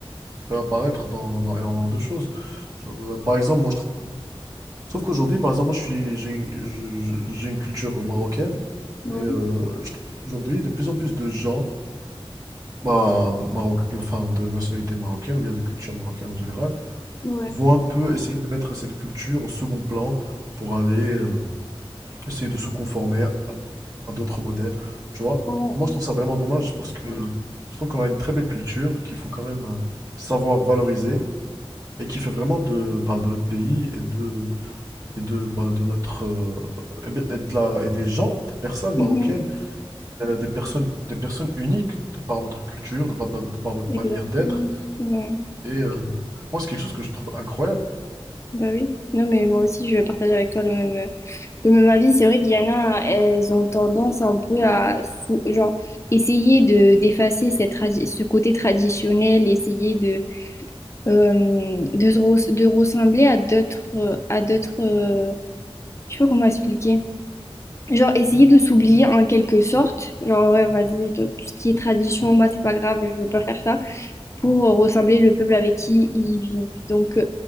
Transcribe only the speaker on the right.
ça peut apparaître dans, dans énormément de choses. Genre, euh, par exemple, moi, je trouve, je trouve qu'aujourd'hui, par exemple, moi, je suis, j'ai une, je- je- j'ai une culture marocaine
et euh, je trouve qu'aujourd'hui, de plus en plus de gens bah, Maroc, enfin, de nationalité marocaine ou bien de culture marocaine en général,
vont un peu essayer de mettre cette culture au second plan pour aller euh, essayer de se conformer à, à d'autres modèles, tu vois.
Et moi, je trouve ça vraiment dommage parce que euh, je trouve qu'on a une très belle culture qu'il faut quand même euh, savoir valoriser et qui fait vraiment de, bah, de notre pays et de, et de, bah, de notre, euh, et bien- et de la, et des gens, des personnes
marocaines, euh, des personnes, des personnes uniques de par notre culture, de par no- de par notre
manière d'être
Et euh, moi, c'est quelque chose que je trouve incroyable.